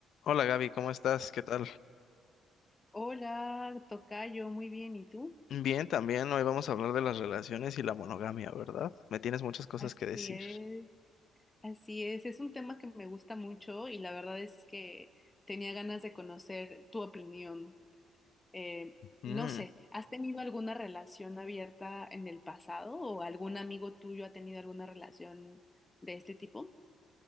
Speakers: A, on the left (about 70°); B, on the left (about 20°).
A: Hola Gaby, ¿cómo estás? ¿Qué tal?
B: Hola, tocayo, muy bien, ¿y tú?
A: Bien, también hoy vamos a hablar de las relaciones y la monogamia, ¿verdad? Me tienes muchas cosas
B: Así
A: que decir.
B: es, así es, es un tema que me gusta mucho y la verdad es que tenía ganas de conocer tu opinión. Eh,
A: Mm,
B: no sé, ¿has tenido alguna relación abierta en el pasado o algún amigo tuyo ha tenido alguna relación de este tipo?